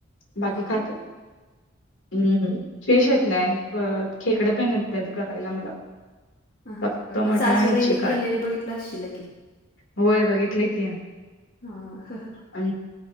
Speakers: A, on the left; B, on the left.
A: बाकी
B: हां
A: खात
B: हां
A: हम्म. फेश येत नाहीत परत खेकडे पण येत नाहीत करायला मला.
B: ह ह
A: फक्त
B: मग
A: मटण
B: सासूबाईंनी
A: आणि चिकन
B: केलेले बघितलं असशील की.
A: होय बघितले की
B: हां हां
A: अ..